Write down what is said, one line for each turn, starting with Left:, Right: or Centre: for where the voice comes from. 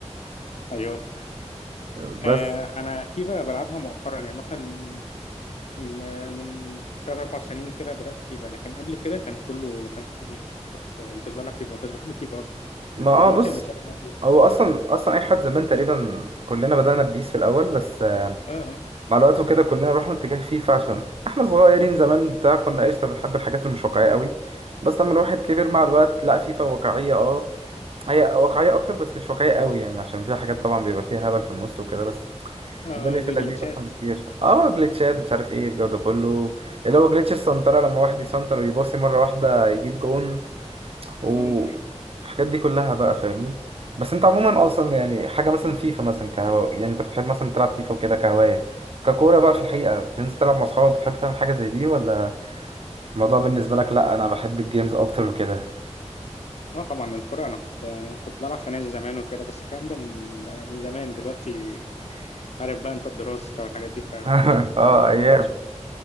Left: ايوه
Right: <laughs> بس
Left: آه انا فيفا بلعبها مؤخرا يعني مثلا م- من ثلاث اربع سنين كده بدات فيفا لكن قبل كده كان كله كان كله بيس كنت ما كنتش بلعب فيفا ما كنتش بحب فيفا اصلا
Right: ما اه
Left: دلوقتي
Right: بص
Left: ما بقتش العب بيس
Right: هو
Left: اه
Right: اصلا اصلا اي حد زمان تقريبا كلنا بدأنا ببيس في الاول بس آه،
Left: اه آه.
Right: مع الوقت وكده كلنا رحنا اتجاه فيفا عشان احنا صغيرين زمان بتاع كنا قشطة بنحب الحاجات اللي مش واقعية قوي بس لما الواحد كبر مع الوقت لا فيفا واقعية اه هي واقعية اكتر بس مش واقعية قوي يعني عشان فيها حاجات طبعا بيبقى فيها هبل في النص وكده بس
Left: اه
Right: الدنيا في
Left: جوجل
Right: اللذيذ
Left: تشات
Right: احسن بكتير اه جليتشات مش عارف ايه الجو ده كله اللي هو جليتش السنترة لما واحد يسنتر ويباصي مرة واحدة يجيب جون والحاجات
Left: مم.
Right: دي كلها بقى فاهمني بس انت عموما اصلا يعني حاجه مثلا فيفا مثلا كهو... يعني انت بتحب مثلا تلعب فيفا وكده كهوايه ككوره بقى في الحقيقه بتنزل تلعب مع اصحابك بتحب تعمل حاجه زي دي ولا الموضوع بالنسبه لك لا انا بحب الجيمز اكتر وكده
Left: اه طبعا الكرة انا كنت يعني كنت بلعب في نادي زمان وكده بس الكلام ده من يعني من زمان دلوقتي عارف بقى انت الدراسة والحاجات دي فالموضوع
Right: <laughs> اه ايام
Left: بعد شوية